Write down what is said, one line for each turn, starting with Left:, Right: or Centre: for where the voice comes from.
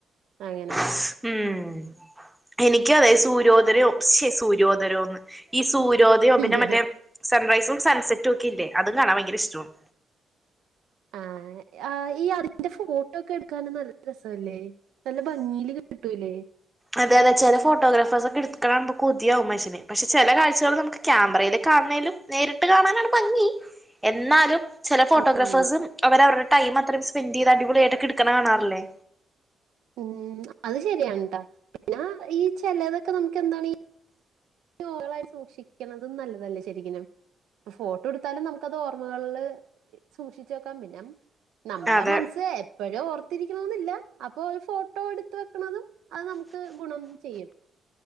Right: അങ്ങന
Centre: ഉം എനിക്കറിയാ സൂരോദരോ ശെ സൂര്യോദരോന്ന് ഈ സൂരോ
Right: അങ്ങനെ
Centre: ര്യോധനം മറ്റേ സൺറൈസും സൺ സെറ്റൊക്കെല്ലേ അത് കാണാൻ ഭയങ്കരിഷ്ടാണ്.
Right: ആഹ് ഈ അ <unintelligible> ന്റെ ഫോട്ടോക്കെട്ക്കാന് നല്ല രസോല്ലേ നല്ല ഭംഗില് കിട്ടൂല്ലേ
Centre: അതായതെ ചെലെ ഫോട്ടോഗ്രാഫേഴ്സൊക്കെട്ക്കാണാണുമ്പോ കൊത്യാവും മൻഷ്യന് പക്ഷെ ചെലെ കാഴ്ചകള് നമക്ക് ക്യാമറയില് കാണ്ന്നേലും നേരിട്ട് കാണാനാണ് ഭംഗി എന്നാലും ചെല ഫോട്ടോഗ്രാഫേഴ്സും
Right: ഉം
Centre: അവര് അവര്ടെ ടൈം മത്രയും സ്പെൻ്റെയ്ത് അടിപൊളിയായിട്ടൊക്കെട്ക്ക്ണെ കാണാറില്ലെ
Right: ഉം അത് ശെര്യാണ്‌ട്ടോ പിന്നെ ഈ ചെലേലൊക്കെ നമക്കെന്താണി പൂളായി സൂക്ഷിക്ക്ണതും നല്ലതല്ലേ ശെരിക്ക്നും ഫോട്ടെട്ത്താലും നമക്കത് ഓർമ്മകൾള് സൂക്ഷിച്ച വെക്കാം പിന്നെം നമ്മടെ
Centre: അതെ
Right: മനസ്സ് എ പ്പഴും ഓർത്തിരിക്കണോന്നില്ല അപ്പൊ ഒരു ഫോട്ടോ എടുത്ത് വെക്ക്ണത് അത് നമക്ക് ഗുണം ചെയ്യും